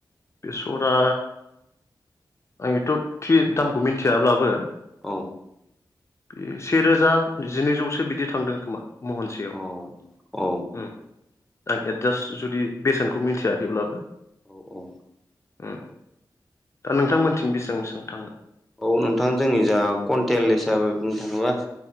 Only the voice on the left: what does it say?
बेसरआ आं एथ' थि दामखौ मिथियाब्लाबो
बे से रोजा जिनैजौसो बिदि थांदों खोमा महनसेयाव
ओम एडजास्ट जुदि बेसेनखौ मिथियाखैब्लाबो
ओम दा नोंथांमोनथिं बेसेबां बेसेबां थांङो